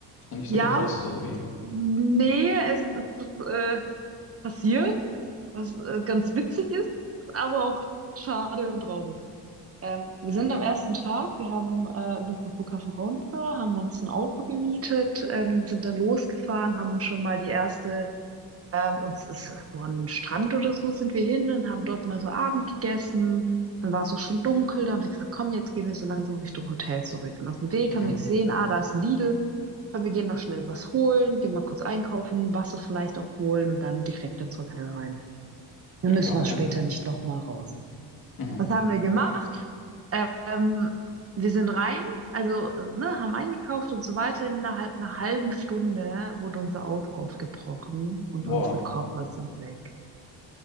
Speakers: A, on the left; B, on the right.
A: Hat nicht so
B: ja.
A: gepasst, oder wie?
B: Nee, es ist äh, passiert, was äh, ganz witzig ist, aber auch schade und traurig. Ähm, wir
A: Mhm.
B: sind am ersten Tag, wir haben, äh, sind vom Flughafen runter, haben uns ein Auto gemietet, ähm, sind dann losgefahren, haben schon mal die erste ähm, und es ist so an den Strand oder so sind wir hin und haben dort mal so Abend gegessen. Dann war es auch schon dunkel. Dann haben wir gesagt, komm, jetzt gehen wir so langsam Richtung Hotel zurück. Und auf dem Weg haben
A: Mhm.
B: wir gesehen, ah, da ist ein Lidl. Komm, wir gehen noch schnell was holen, gehen mal kurz einkaufen, Wasser vielleicht auch holen und dann direkt ins Hotel rein. Dann
A: Ja, und
B: müssen
A: ja, okay.
B: wir später nicht nochmal raus.
A: Mhm.
B: Was haben wir gemacht? Ähm, wir sind rein, also ne, haben eingekauft und so weiter. Innerhalb einer halben Stunde wurde unser Auto aufgebrochen und
A: Wow.
B: unsere Koffer sind weg.